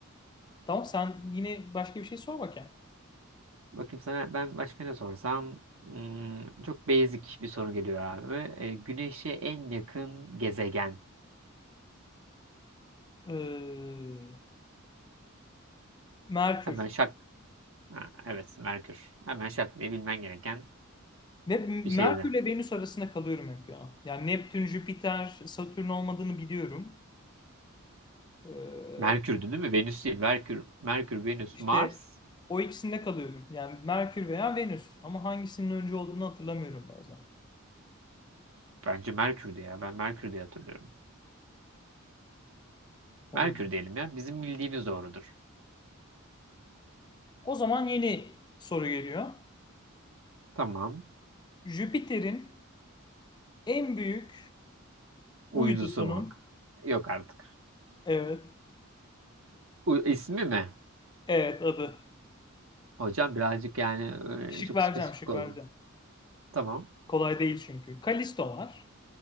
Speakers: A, on the left (about 20°); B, on the right (about 70°).
A: Tamam sen yine başka bir şey sor bakayım.
B: Bakayım sana ben başka ne sorsam. Hmm, çok basic bir soru geliyor abi. E, güneşe en yakın gezegen.
A: Ee, Merkür.
B: Hemen şak Ha, evet Merkür. Hemen şak diye bilmen gereken
A: Ve
B: bir
A: Merkür
B: şeydi.
A: ile Venüs arasında kalıyorum hep ya. Yani Neptün, Jüpiter, Satürn olmadığını biliyorum. Ee,
B: Merkür'dü değil mi? Venüs değil. Merkür, Merkür, Venüs,
A: İşte
B: Mars.
A: o ikisinde kalıyorum. Yani Merkür veya Venüs. Ama hangisinin önce olduğunu hatırlamıyorum bazen.
B: Bence Merkür'dü ya. Ben Merkür diye hatırlıyorum.
A: Olabilir.
B: Merkür diyelim ya. Bizim bildiğimiz doğrudur.
A: O zaman yeni soru geliyor.
B: Tamam.
A: Jüpiter'in en büyük
B: Uydusu
A: uydusunun
B: mu? Yok artık.
A: evet
B: U ismi mi?
A: evet adı.
B: Hocam birazcık yani
A: Şık
B: e, çok
A: vereceğim
B: spesifik
A: şık
B: oldu.
A: vereceğim.
B: Tamam.
A: Kolay değil çünkü. Kalisto var.